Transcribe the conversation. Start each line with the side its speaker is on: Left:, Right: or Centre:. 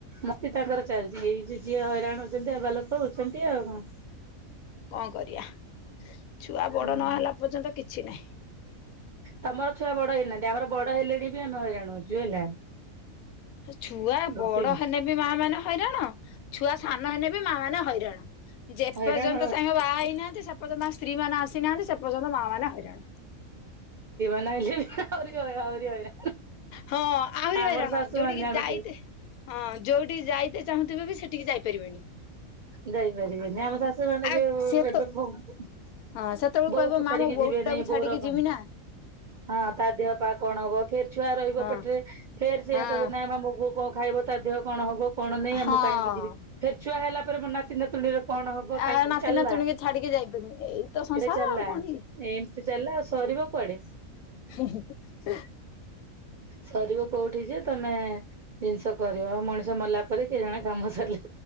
Right: ମସ୍ତି ତାଙ୍କର ଚାଲିଛି ଏଇ ଯେ ଯିଏ ହଇରାଣ ହଉଛନ୍ତି ହେବା ଲୋକ ହଉଛନ୍ତି ଆଉ କଣ?
Left: କଣ କରିବା ଛୁଆ ବଡ
Right: ହୁଁ
Left: ନହେଲା ପର୍ଯ୍ୟନ୍ତ କିଛି ନାହିଁ।
Right: ତମର ଛୁଆ ବଡ ହେଇନାହାନ୍ତି ଆମର ବଡ ହେଲେଣି ବି ଆମେ ହଇରାଣ ହଉଛୁ ହେଲା।
Left: ଛୁଆ
Right: ରୁଟିନ୍
Left: ବଡ ହେଲେ ବି ମା ମାନେ ହଇରାଣ ଛୁଆ ସାନ ହେନେ ବି ମାଆ ମାନେ ହଇରାଣ। ଯେପର୍ଯ୍ୟନ୍ତ
Right: ହଇରାଣ
Left: <unintelligible> ବାହା ହେଇନାହାନ୍ତି ସେ ପର୍ଯ୍ୟନ୍ତ ତାଙ୍କ ସ୍ତ୍ରୀ ମାନେ ଆସିନାହାନ୍ତି ସେପର୍ଯ୍ୟନ୍ତ ମାଆମାନେ ହଇରାଣ।
Right: ନହେଲେ ଆହୁରି ହଇ ଆହୁରି ହଇରାଣ
Left: ହଁ ଆହୁରି
Right: ଆମର
Left: ହଇରାଣ
Right: ଶାଶୁମାନେ
Left: ଯୋଉଠିକି
Right: ଜାଣୁଛୁ।
Left: ଯାଇତେ ହଁ ଯୋଉଠିକି ଯାଇତେ ଚାହୁଁଥିବ ବି ସେଠିକି ଯାଇପାରିବନି।
Right: ଯାଇ ପାରିବେନି ଆମ ଶାଶୁମାନେ
Left: ଆଉ
Right: ଯୋଉ
Left: ସିଏ
Right: ଏବେ
Left: ତ
Right: <unintelligible>
Left: ହଁ ସେତେବେଳକୁ
Right: ବୋଉକୁ
Left: କହିବ ମା
Right: ଛାଡିକି
Left: ମୋ ବୋଉଟାକୁ
Right: ଯିବେନି
Left: ଛାଡିକି
Right: ବୋଉର କଣ,
Left: ଯିବି ନା
Right: ହଁ ତା ଦେହପା କଣ ହବ। ଫେର୍ ଛୁଆ ରହିବ
Left: ହଁ
Right: ପେଟରେ ଫେର୍ ସେଇଆ
Left: ହଁ
Right: କହିବେ ନାଇମା ମୋ ବୋଉ କଣ ଖାଇବ ତା ଦେହ କଣ ହବ। କଣ ନାଇଁ ଆ
Left: ହଁ
Right: ମୁଁ କାହିଁକି ଯିବି ଫେର୍ ଛୁଆ ହେଲା ପରେ ମୋ ନାତି ନାତୁଣୀର କଣ ହବ
Left: ଆ
Right: କାହିଁକି
Left: ନାତି
Right: ଚାଲିଲା,
Left: ନାତୁଣୀକି ଛାଡିକି ଯାଇପାରୁନି ଏଇ ତ ସଂସାର
Right: ଏଟା ଚାଲିଲା
Left: ଆଉ କଣ କି
Right: ଏମିତି ଚାଲିଲା ସ ଯିବ କୁଆଡେ।
Left: ହୁଁ-ହୁଁ-ହୁଁ।
Right: ସରିବ କୋଉଠି ଯେ ତମେ ଜିନିଷ କରିବ ମଣିଷ ମଲା ପରେ କେଜାଣେ କାମ ସରିଲେ